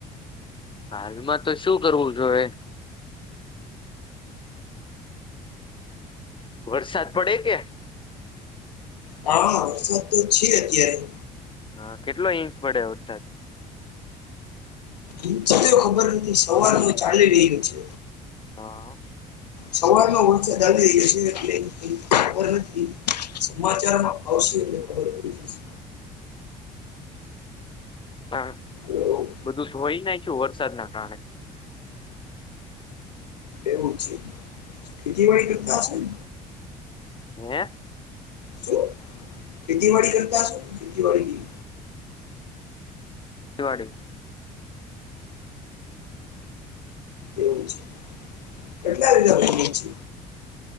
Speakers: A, on the left (about 25°); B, on the left (about 85°).
A: હાલમાં તો શું કરવું જોએ? વરસાદ પડે કે?
B: હા, વરસાદ તો છે અત્યારે.
A: હન કેટલો ઈંચ પડે વરસાદ?
B: ઈંચ તો ખબર નથી સવારનો ચાલી રહ્યો છે.
A: હા.
B: સવારમાં થી ચાલી રહ્યો છે ઉચા ખબર નતી, સમાચારમાં આવશ્યક <unintelligible>
A: હઅ,
B: તો
A: બધું ધોઈ નાયખ્યું વરસાદના કારણે.
B: એવુ છે, ખેતીવાડી કરતા છેન?
A: હે?
B: શું? ખેતીવાડી કરતા શો ન ખેતીવાડી?
A: દિવાડી
B: એવું છે, કેટલા વીઘા જમીન છે?